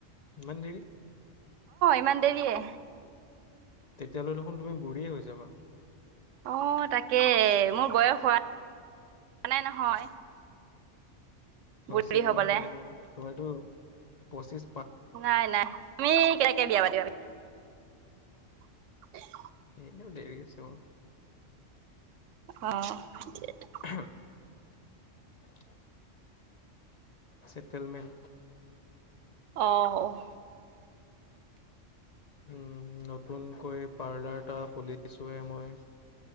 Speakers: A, on the left; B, on the right.
A: ইমান দেৰি
B: ইমান দেৰিয়ে
A: তেতিয়ালৈ দেখোন তুমি বুঢ়ীয়ে হৈ যাবা।
B: অ' তাকে, মোৰ বয়স হোৱা মানে নহয়
A: হৈছে
B: বুঢ়ী
A: নেকি
B: হবলে
A: তোমাৰ বয়স, তোমাৰটো পঁচিছ
B: নাই নাই, তুমি কেনেকে বিয়া পাতিব। <inaudible>
A: এ দেৰি হৈছে অ'।
B: অ'।
A: <inaudible> চেটলমেন।
B: অ' অ'।
A: উম, নতুনকৈ পাৰ্লাৰ এটা খুলি উঠিছোহে মই।